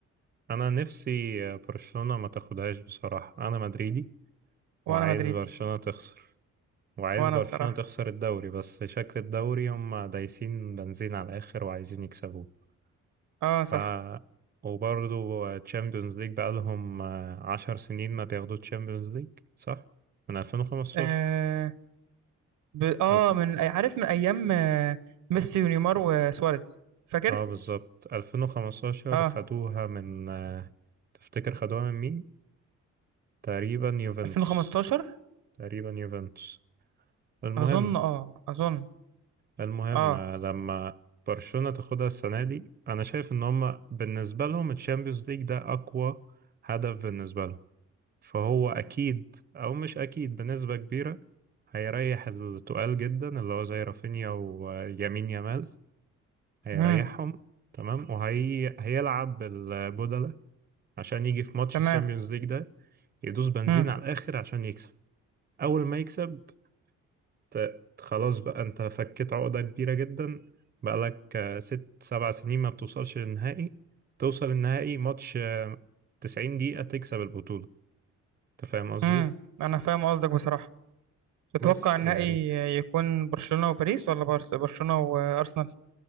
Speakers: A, on the right; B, on the right.
A: أنا نفسي آه، برشلونة ما تاخدهاش بصراحة أنا مدريدي
B: وانا
A: وعايز
B: مدريدي
A: برشلونة تخسر وعايز
B: وانا
A: برشلونة
B: بصراحه
A: تخسر الدوري بس شكل الدوري هم دايسين بنزين على الآخر وعايزين يكسبوه
B: اه
A: ف
B: صح
A: وبرضه تشامبيونز ليج بقالهم آه، عشر سنين ما بياخدوا تشامبيونز ليج صح؟ من 2015
B: اه, ب... آه
A: ألف...
B: من عارف من ايام آه، ميسي ونيمار وسواريز فاكر
A: اه بالظبط 2015
B: اه
A: خدوها من آه، تفتكر خدوها من مين؟ تقريبا يوفنتوس
B: 2015
A: تقريبا يوفنتوس المهم
B: اظن اه اظن
A: المهم
B: اه
A: آه، لما برشلونة تاخدها السنة دي أنا شايف إن هما بالنسبة لهم الشامبيونز ليج ده أقوى هدف بالنسبة لهم فهو أكيد أو مش أكيد بنسبة كبيرة هيريح التقال جدا اللي هو زي رافينيا ويمين يامال هيريحهم
B: امم
A: تمام وهي هيلعب بالبودلة عشان يجي في ماتش
B: تمام
A: الشامبيونز ليج ده يدوس بنزين
B: امم
A: على الآخر عشان يكسب أول ما يكسب ت- خلاص بقى انت فكيت عقدة كبيرة جدا بقالك آه، ست سبع سنين ما بتوصلش للنهائي توصل النهائي ماتش آه، 90 دقيقة تكسب البطولة انت فاهم قصدي
B: امم انا فاهم قصدك بصراحه تتوقع
A: بس
B: النهائي
A: يعني
B: يكون برشلونه وباريس ولا بارس برشلونه وارسنال